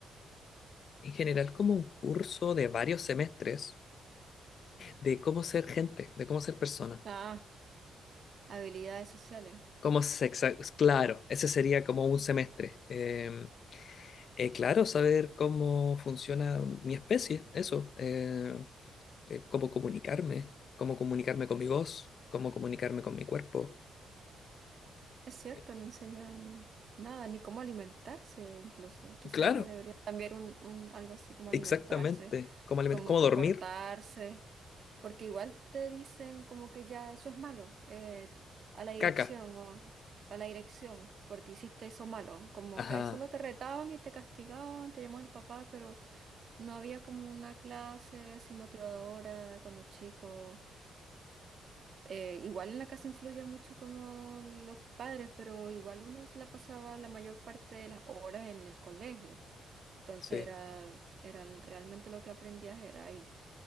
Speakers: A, on the left; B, on the right.
A: En general, como un curso de varios semestres de cómo ser gente, de cómo ser persona,
B: Ah, habilidades sociales.
A: cómo se... exa- Claro, ese sería como un semestre. Em, eh, claro, saber cómo funciona mi especie, eso. eh, eh, cómo comunicarme, cómo comunicarme con mi voz, cómo comunicarme con mi cuerpo.
B: Es cierto,
A: Eh,
B: no enseñan nada, ni cómo alimentarse incluso. Quizá
A: claro,
B: debería cambiar un, un algo así como alimentarse,
A: exactamente. Cómo aliment-
B: como
A: cómo
B: comportarse.
A: dormir,
B: Porque igual te dicen como que ya eso es malo, eh, a la dirección
A: caca.
B: o a la dirección, porque hiciste eso malo. Como
A: Ajá,
B: que solo te retaban y te castigaban, te llamaban el papá, pero no había como una clase así motivadora cuando chico. Eh, igual en la casa influye mucho como los padres, pero igual uno se la pasaba la mayor parte de las horas en el colegio. Entonces
A: sí,
B: era, era realmente lo que aprendías era ahí.